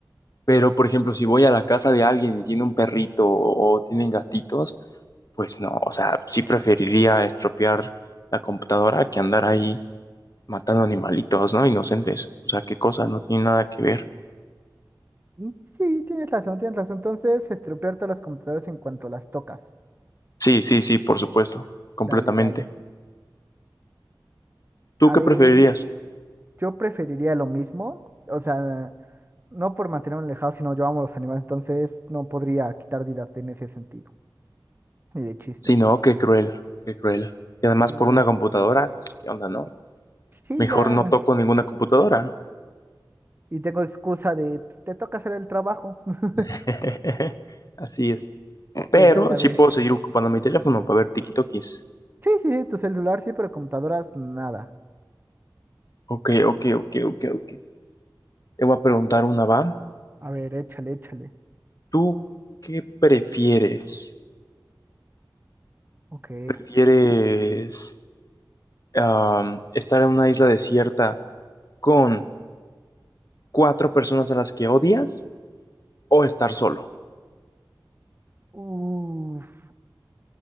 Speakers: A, on the left; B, on the right.
A: pero por ejemplo, si voy a la casa de alguien y tiene un perrito o, o tienen gatitos, pues no, o sea, sí preferiría estropear la computadora que andar ahí matando animalitos, ¿no? Inocentes. O sea, qué cosa, no tiene nada que ver.
B: Mm, Sí, tienes razón, tienes razón. Entonces, estropear todas las computadoras en cuanto las tocas.
A: Sí, sí, sí, por supuesto, completamente.
B: Dale, dale.
A: ¿Tú
B: A
A: qué
B: ver,
A: preferirías?
B: yo preferiría lo mismo. O sea, no por mantenerme alejado, sino yo amo a los animales. Entonces, no podría quitar vidas en ese sentido. Ni de chiste.
A: Sí, no, qué cruel, qué cruel. Y además
B: Sí,
A: por
B: no.
A: una computadora, pues, ¿qué onda, no?
B: Sí,
A: Mejor
B: ya.
A: no toco ninguna computadora.
B: Y tengo excusa de, "Pues, te toca hacer el trabajo. <laughs>
A: <laughs> Así es. Pero
B: Pues dale, a
A: sí
B: ver.
A: puedo seguir ocupando mi teléfono para ver tikitokis.
B: Sí, sí, sí, tu celular sí, pero computadoras, nada.
A: Ok, ok, ok, ok, ok. Te voy a preguntar una, va.
B: A ver, échale, échale.
A: ¿Tú qué prefieres?
B: Ok.
A: ¿Prefieres am, estar en una isla desierta con cuatro personas a las que odias o estar solo?
B: Uf.